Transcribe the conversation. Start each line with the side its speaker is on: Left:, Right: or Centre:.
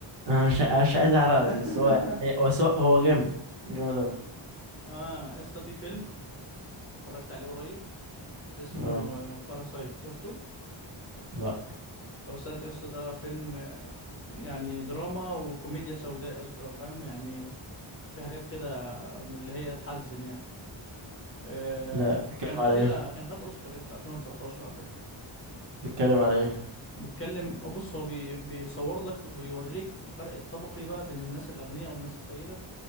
Right: أنا مش مش عايز احرق لك
Left: <laughs>
Right: بس هو يعني هي- هو سو- هو جامد جامد أوي
Left: اه يا اسطى في فيلم اتفرجت عليه قريب اسمه
Right: اه
Left: باراسايت شفته
Right: لا
Left: باراسايت يا اسطى ده فيلم آه، يعني دراما وكوميديا سوداء يا اسطى فاهم يعني في حاجات كده من اللي هي تحزن يعني آه
Right: لا
Left: ك-
Right: بيتكلم
Left: كان خد
Right: على
Left: يلا
Right: ايه
Left: كان خد اوسكار يا اسطى 2019 على فكره
Right: بيتكلم على ايه
Left: بيتكلم بص هو بي بيصور لك بيوريك الفرق الطبقي بقى بين الناس الاغنياء والناس الفقيره